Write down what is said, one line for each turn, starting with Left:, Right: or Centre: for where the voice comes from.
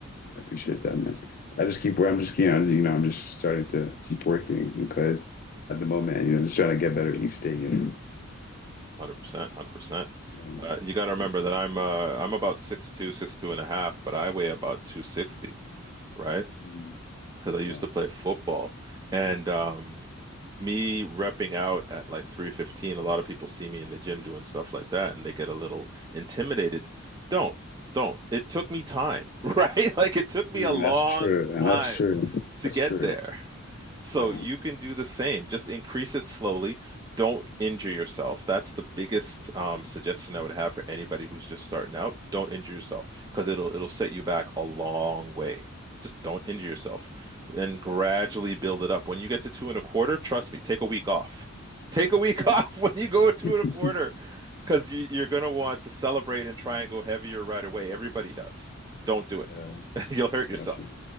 Left: I appreciate that, man. I just keep where I'm just, you know, you know, I'm just starting to keep working because at the moment, you know, just trying to get better each day, you
Right: 100%, 100%.
Left: know. Um,
Right: Uh, you got to remember
Left: like,
Right: that I'm uh, I'm about six two, six two and a half, but I weigh about 260, right?
Left: mm,
Right: because I used
Left: yeah.
Right: to play football. And um, me repping out at like 315, a lot of people see me in the gym doing stuff like that and they get a little intimidated. Don't, don't. It took me time, <laughs> right? Like it took me
Left: Mm,
Right: a long
Left: that's true. And
Right: time
Left: that's true.
Right: to
Left: That's
Right: get
Left: true.
Right: there. So
Left: Yeah.
Right: you can do the same. Just increase it slowly. Don't injure yourself. That's the biggest um, suggestion I would have for anybody who's just starting out. Don't injure yourself because it'll it'll set you back a long way. Just don't injure yourself and gradually build it up. When you get to two and a quarter, trust me, take a week off. <laughs> Take a week <laughs> off when you go at two
Left: <laughs>
Right: and a quarter because you, you're going to want to celebrate and try and go heavier right away. Everybody does. Don't do it.
Left: yeah.
Right: <laughs> You'll hurt yourself.
Left: Gotcha.